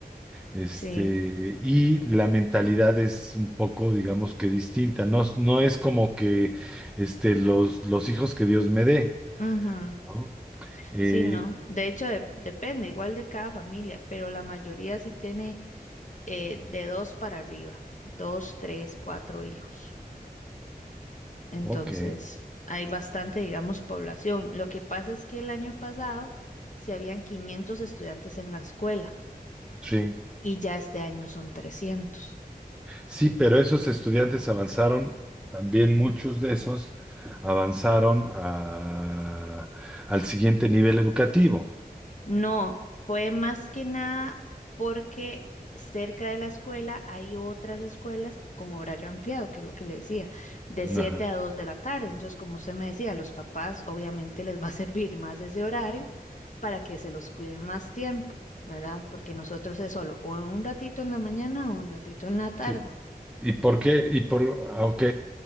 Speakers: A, in the centre; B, on the left (about 50°).
A: Este,
B: Sí.
A: y la mentalidad es un poco, digamos que distinta. No, no es como que este, los, los hijos que Dios me dé,
B: Ujú.
A: ¿no? Eh,
B: Sí, no. De hecho, de- depende igual de cada familia, pero la mayoría sí tiene eh, de dos para arriba, dos, tres, cuatro hijos. Entonces,
A: ok,
B: hay bastante, digamos, población. Lo que pasa es que el año pasado se habían 500 estudiantes en la escuela
A: sí.
B: y ya este año son 300.
A: Sí, pero esos estudiantes avanzaron, también muchos de esos avanzaron a- al siguiente nivel educativo.
B: No, fue más que nada porque cerca de la escuela hay otras escuelas con horario ampliado, que es lo que le decía, de
A: Ajá,
B: 7 a 2 de la tarde. Entonces, como usted me decía, a los papás obviamente les va a <laughs> servir más ese horario para que se los cuiden más tiempo, ¿verdad? Porque nosotros es solo o un ratito en la mañana o un ratito en la tarde.
A: Sí. ¿Y por qué? Y por, ah, ok,